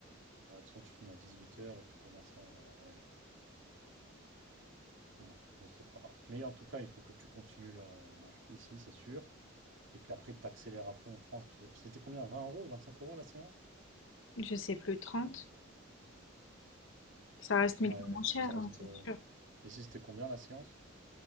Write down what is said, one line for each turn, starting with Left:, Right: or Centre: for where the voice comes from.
Right: Ouais, de toute façon, tu finis à dix-huit heures et tu commences à. Ouais, ouais, je sais pas. Mais en tout cas, il faut que tu continues là, euh, mach- ici, c'est sûr. Et qu'après, tu accélères à fond en France. Parce que c'était combien? Vingt euros, vingt-cinq euros la séance?
Left: Je sais plus, 30. Ça reste 1000
Right: Ouais,
Left: fois moins cher,
Right: donc ça reste.
Left: hein, c'est
Right: euh,
Left: sûr.
Right: Ici, c'était combien la séance?